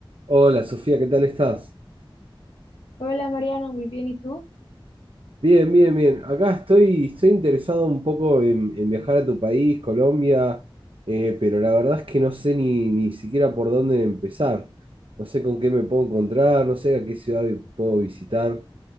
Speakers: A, on the right; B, on the left.
A: Hola Sofía, ¿qué tal estás?
B: Hola Mariana, muy bien, ¿y tú?
A: Bien, bien, bien. Acá estoy, estoy interesado un poco en, en viajar a tu país, Colombia, eh, pero la verdad es que no sé ni, ni siquiera por dónde empezar. No sé con qué me puedo encontrar, no sé a qué ciudad puedo visitar.